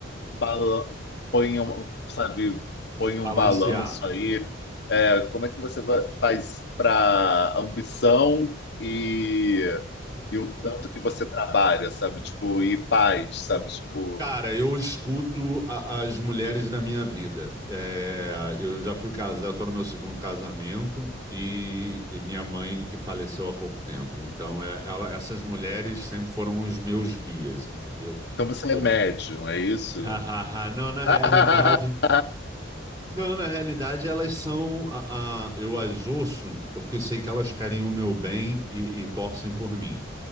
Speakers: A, on the left; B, on the right.
A: bala- põe um, sabe, põe um
B: balancear.
A: balanço aí. É, como é que você va- faz para ambição e, e o tanto que você trabalha, sabe? Tipo, e paz, sabe? Tipo,
B: Cara, eu escuto a- as mulheres da minha vida. É, eu já fui casado, estou no meu segundo casamento e, e minha mãe que faleceu há pouco tempo. Então, é, ela- essas mulheres sempre foram os meus guias, entendeu?
A: então você
B: Por-
A: é médium, é isso?
B: <laughs> Não, na realidade,
A: <laughs>
B: não, na realidade elas são, a, a- eu as ouço porque sei que elas querem o meu bem e, e torcem por mim.